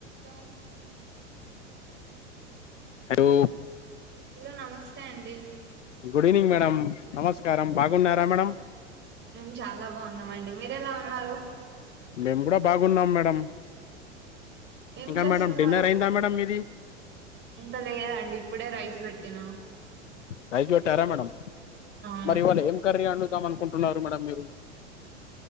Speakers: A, on the right (about 30°); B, on the left (about 75°).
A: Hello
B: hello
A: hello నమస్తే అండి
B: good evening madam నమస్కారం బాగున్నారా మేడం
A: మేం చాలా బాగున్నామ అండి మీరు ఎలా ఉన్నారు
B: మేము కూడా బాగున్నాం మేడం
A: ఏం
B: ఇంకా
A: చేస్తున్నారు
B: మేడం డిన్నర్ అయిందా మేడం మీది
A: ఇంక లేదండి ఇప్పుడే రైస్ పెట్టినా
B: రైస్ పెట్టరా మేడం
A: అవును
B: మరి ఇవాళ ఏం కర్రీ వండు వండుదాం అనుకుంటున్నారు మేడం మీరు